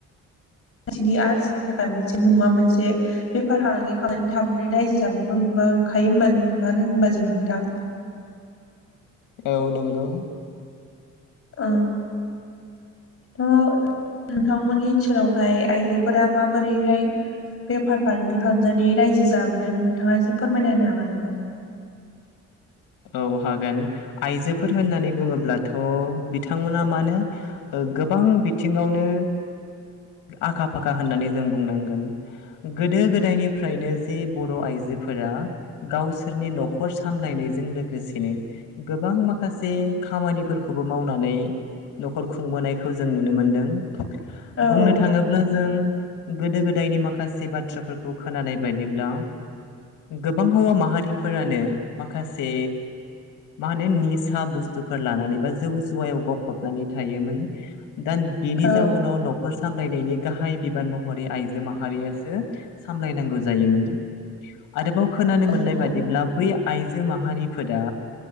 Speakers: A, on the left; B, on the left.
A: बिसिनि आरजिनि थाखाय मोनसे नुङा मोनसे बेफार फालांगि खालामनानै थाबनानै रायजो जाबनायखौ नुआ खायो होनबा नानो होनबा जोङो नोंथां?
B: औ नंगौ।
A: ओं ओ नोंथांमोननि ओनसोलावहाय आइजोफोरा माबोरैहाय? बेफार फालांगि खालामनानै रायजो जाबोदों नोंथाङा एसे फोरमायना होनो हागोन नामा? <inaudible>
B: औ हागोन आइजोफोर होननानै बुङोब्लाथ' बिथांमोना मानो गोबां बिथिङावनो आखा फाखा होननानै जों बुंनांगोन गोदो गोदायनिफ्रायनो जे बर' आइ जोफोरा गावसोरनि नखर सामलायनायज जों लोगोसेनो गोबां माखासे खामानिफोरखौबो मावनानै न'खर खुंबोनायखौ जों नुनो मोनदों
A: औ
B: बुंनो थाङोब्ला जों गोदो गोदायनि माखासे बाथ्राफोरखौ खोनानाय बायदिब्ला गोबां हौवा माहारिफोरानो माखासे मा होनो निसा बुस्थुफोर लानानै बा जौ जुवायाव गफबनानै थायोमोन दान बेनि
A: औ
B: जाउनाव न'खस सामलायनायनि गाहाय बिबान महरै आइजो माहारियासो सामलायनांगौ जायोमोन। आरोबाव खोनानो
A: नंगौ
B: मोननाय बादिब्ला बै आइ जो माहारिफोरा